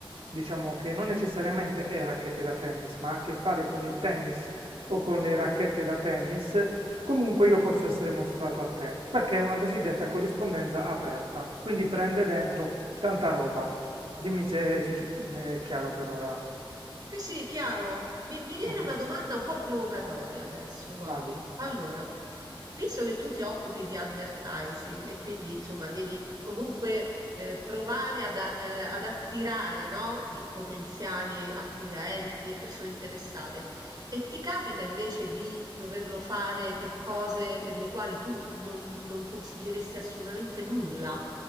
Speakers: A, on the right; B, on the right.
A: diciamo, che non necessariamente è racchette da tennis, ma ha a che fare con il tennis o con le racchette da tennis, comunque io posso essere mostrato a te, perché è una cosiddetta corrispondenza aperta, quindi prende dentro tanta roba. Dimmi se è succe- è chiaro per ora.
B: Sì, sì, chiaro. Mi, mi viene
A: Ok,
B: una domanda un po' provocatoria adesso, guarda.
A: vadi.
B: Allora, visto che tu ti occupi di advertising e quindi insomma devi comunque eh, provare ad, a- eh, ad attirare, no? eh, Potenziali acquirenti e persone interessate, e ti capita invece di doverlo fare per cose per le quali tu non, non consiglieresti assolutamente nulla?